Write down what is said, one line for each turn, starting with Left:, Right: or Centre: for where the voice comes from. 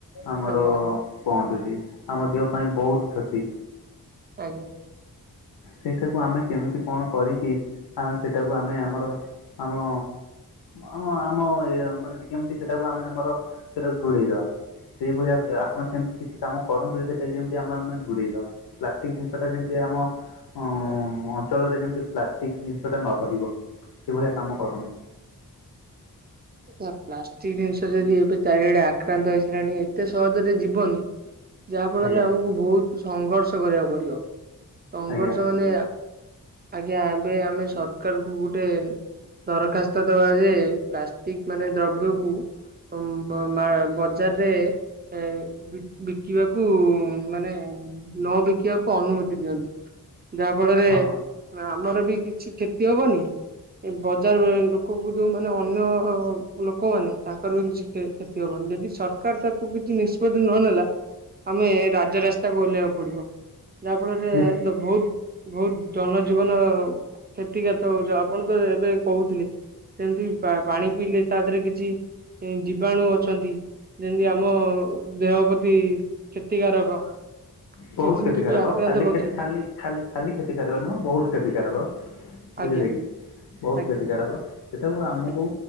Left: ଆମର
Right: ଆଜ୍ଞା
Left: ପହଞ୍ଚୁଛି ଆମ ଦେହ ପାଇଁ ବହୁତ କ୍ଷତି।
Right: ଆଜ୍ଞା।
Left: ସେଇଟାକୁ ଆମେ କେମିତି କଣ କରିକି ଆମେ ସେଟାକୁ ଆମେ ଆମର ଆମ ଆମ ଆମ ଇଏ ମାନେ କେମିତି ସେଟାକୁ ଆମେ ଆମର ସେଇଟାକୁ ଦୂରେଇ ଦବା, ସେଇଭଳି ଆପଣ ସେମିତି କିଛି କାମ କରନ୍ତୁ ସେଇଟା ଯେମତି ଆମେ ଆମେ ଦୂରେଇ ଦବା। ପ୍ଲାଷ୍ଟିକ ଜିନିଷଟା ଯେମିତି ଆମ ଅଁ ଅଞ୍ଚଳରେ ଯେମିତି ପ୍ଲାଷ୍ଟିକ ଜିନିଷଟା ନ ରହିବ ସେଭଳିଆ କାମ କରନ୍ତୁ।
Right: ଆ୍ ପ୍ଲାଷ୍ଟିକ ଜିନିଷ ଯଦି ଏବେ ଚାରିଆଡେ ଆକ୍ରାନ୍ତ ହେଇିସାଲାଣି ଏତେ ସହଜରେ ଯିବନି ଁ ଯାହା ଫଳରେ
Left: ଆଜ୍ଞା
Right: ଆମକୁ ବହୁତ ସଂଘର୍ଷ କରିବାକୁ ପଡିବ, ସଂଘର୍ଷ
Left: ଆଜ୍ଞା
Right: ମାନେ ଆଜ୍ଞା ଏବେ ଆମେ ସରକାରକୁ ଗୋଟି କ ଗୋଟେ ଦରଖାସ୍ତ ରେ ପ୍ଲାଷ୍ଟିକ ମାନେ ଦ୍ରବ୍ୟକୁ ମା ବଜାରରେ ଏ ବିକି ବିକିବାକୁ ମାନେ ନ ବିକିବାକୁ ଅନୁମତି ଦିଅନ୍ତି। ଯାହା ଫଳରେ
Left: ହଁ
Right: ଆମର ବି କିଛି କ୍ଷତି ହବନି, ଏ ବଜାର ଲୋ ବୁଦୁ ମାନେ ଅନ୍ୟ ଲୋକମାନୋ ତାଙ୍କର ବି କିଛି କ୍ଷତି ହବନି ଯଦି ସରକାର ତାକୁ କିଛି ନିଷ୍ପତି ନ ନେଲା ଆମେ ରାଜରାସ୍ତାକୁ ଓହ୍ଲେଇବାକୁ ପଡିବ ଯାହା ଫଳରେ
Left: ନିଶ୍ଚ
Right: ବହୁତ ବହୁତ ଜନଜୀବନ କ୍ଷତି କାତ ହଉଛ ଆପଣ ତ ଏବେ କହୁଥିଲେ। ସେମିତି ପାଣି ପିଇଲେ ତା ଦେହରେ କିଛି ଏଇ ଜୀବାଣୁ ଅଛନ୍ତି ଯେମିତି ଆମ ଦେହ ପ୍ରତି କ୍ଷତିକାରକ
Left: ବହୁତ
Right: କିଡନୀ
Left: କ୍ଷତିକାରକ
Right: କି ବି ଆକ୍ରାନ୍ତ
Left: ଖାଲି
Right: କରୁଛନ୍ତି
Left: ଖାଲି ଖାଲି ଖାଲି କ୍ଷତି କରିବା ନୁହଁ ବହୁତ କ୍ଷତିକାରକ
Right: ଆଜ୍ଞା
Left: ବୁଝିଲେ କି ବହୁତ
Right: ଆଜ୍ଞା।
Left: କ୍ଷତିକାରକ ସେଟାକୁ ଆମକୁ
Right: ଆଜ୍ଞା।